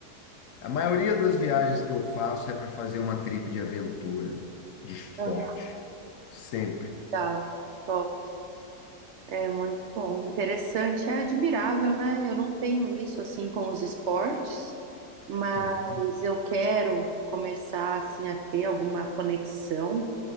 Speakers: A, on the left (about 70°); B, on the right (about 70°).
A: A maioria das viagens que eu faço é para fazer uma trip de aventura, de esporte,
B: Aham,
A: sempre.
B: Legal. Top. É muito bom, interessante, é admirável, né? Eu não tenho isso assim com os esportes, mas
A: Uhum.
B: eu quero começar assim a ter alguma conexão